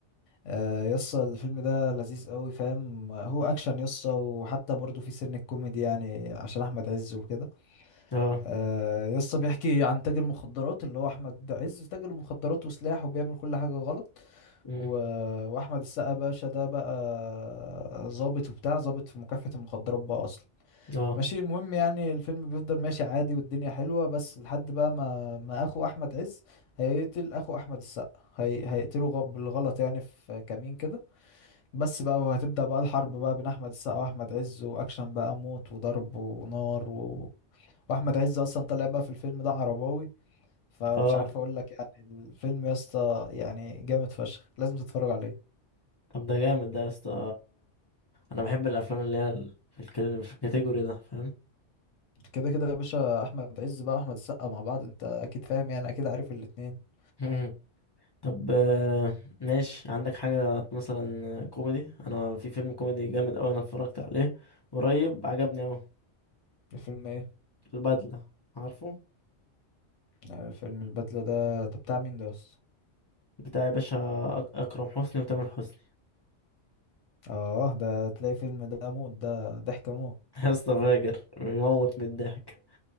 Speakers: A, on the left (about 85°); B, on the left (about 35°).
A: آه، يسطا الفيلم ده لذيذ قوي فاهم هو اكشن يسطا وحتى برضه في سن الكوميدي يعني عشان احمد عز وكده
B: اه
A: آه يسطا بيحكي عن تاجر مخدرات اللي هو احمد عز تاجر مخدرات وسلاح وبيعمل كل حاجه غلط
B: امم
A: و... واحمد السقا باشا ده بقى ظابط وبتاع ظابط في مكافحه المخدرات بقى اصلا
B: اه
A: ماشي المهم يعني الفيلم بيفضل ماشي عادي والدنيا حلوه بس لحد بقى ما ما اخو احمد عز هيقتل اخو احمد السقا هي... هيقتله غ... بالغلط يعني في كمين كده بس بقى وهتبدا بقى الحرب بقى بين احمد السقا واحمد عز واكشن بقى موت وضرب ونار و... واحمد عز اصلا طلع بقى في الفيلم ده عرباوي فمش
B: اه
A: عارف اقول لك يعني الفيلم يا اسطى يعني جامد فشخ لازم تتفرج عليه
B: طب ده جامد ده يا اسطى انا بحب الافلام اللي هي ال- في الك- في الكاتيجوري ده فاهم
A: كده كده يا باشا احمد عز بقى واحمد السقا مع بعض انت اكيد فاهم يعني اكيد عارف الاتنين
B: مم. طب آه، ماشي عندك حاجه مثلا كوميدي انا في فيلم كوميدي جامد قوي انا اتفرجت عليه قريب عجبني قوي
A: الفيلم ايه
B: البدله عارفه
A: آه، فيلم البدلة ده ده بتاع مين ده يا اسطى
B: بتاع يا باشا أك- أكرم حسني وتامر حسني
A: اه ده تلاقي فيلم ده موت ده ضحك موت
B: <laughs> يا اسطى فاجر بيموت من الضحك